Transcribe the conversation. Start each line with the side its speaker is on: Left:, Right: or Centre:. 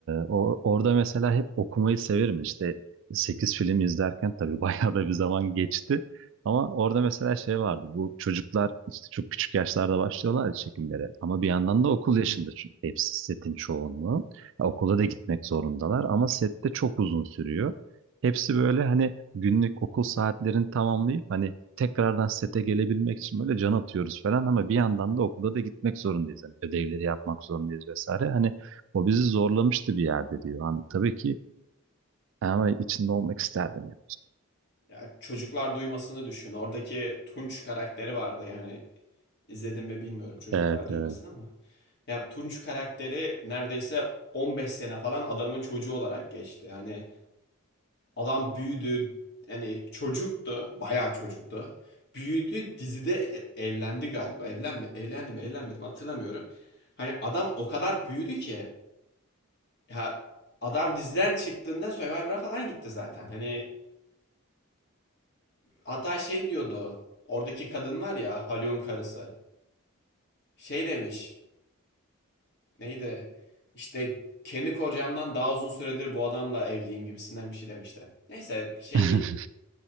Right: o- orada mesela hep okumayı severim. İşte 8 film izlerken tabii <laughs> bayağı da bir zaman geçti. Ama orada mesela şey vardı. Bu çocuklar işte çok küçük yaşlarda başlıyorlar ya çekimlere. Ama bir yandan da okul yaşında çünkü hepsi setin çoğunluğu. Ya okula da gitmek zorundalar ama sette çok uzun sürüyor. Hepsi böyle hani günlük okul saatlerini tamamlayıp hani tekrardan sete gelebilmek için böyle can atıyoruz falan ama bir yandan da okula da gitmek zorundayız. Hani ödevleri yapmak zorundayız vesaire. Hani o bizi zorlamıştı bir yerde diyor. Hani tabii ki ama içinde olmak isterdim. yani.
Left: Ya çocuklar duymasını düşün. Oradaki Tunç karakteri vardı yani izledim mi bilmiyorum çocuklar
Right: Evet,
Left: duymasını
Right: evet.
Left: ama. Ya Tunç karakteri neredeyse 15 sene falan adamın çocuğu olarak geçti. Hani adam büyüdü yani çocuktu bayağı çocuktu. Büyüdü dizide e- evlendi galiba. Evlenme, evlendi mi evlenmedi mi hatırlamıyorum. Hani adam o kadar büyüdü ki ya adam diziden çıktığında Survivor'a falan gitti zaten. Hani Hatta şey diyordu. Oradaki kadın var ya Halyon karısı. Şey demiş. Neydi? İşte kendi kocamdan daha uzun süredir bu adamla evliyim gibisinden bir şey demişti. Neyse şey
Right: <laughs>
Left: değil.